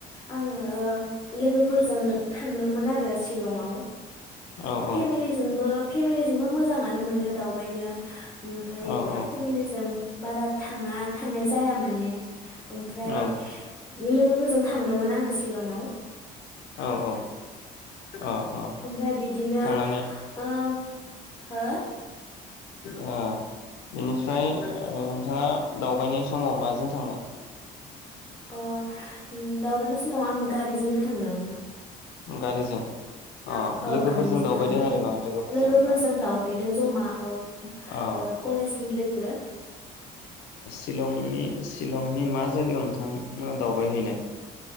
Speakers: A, on the left; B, on the left.
A: आङो लोगोफोरजों थांदोंमोन आरो सिलंआव
B: औ औ
A: फेमिलिजोंबो फेमिलिजोंबो मोजाङानो मोनो दावबायनो ओमफाय
B: औ औ
A: फेमिलिजों बारा थाङा थांनाय जाया माने ओमफ्राय
B: औ
A: लोगोफोरजों थांदोंमोन आङो शिलंआव।
B: औ औ अ अ
A: ओमफ्राय बिदिनो
B: थांनानै
A: ओ हो
B: ओ बेनिफ्राय ओ नोंथाङा दावबायनाय समाव माजों थांनाय?
A: अ दावबायनाय समाव आं गारिजोंनो थांदों ना।
B: गारिजों अ
A: औ
B: लोगोफोरजों
A: गारिजों
B: दावबायदों
A: थांदों
B: आरो ना
A: लोगोफोरजों
B: अ
A: दावबायदों जमा औ
B: अ
A: ओ कलेजनि लोगो।
B: सिलंनि सिलंनि मा जायगायाव नोंथांमोना दावबाय हैैनाय?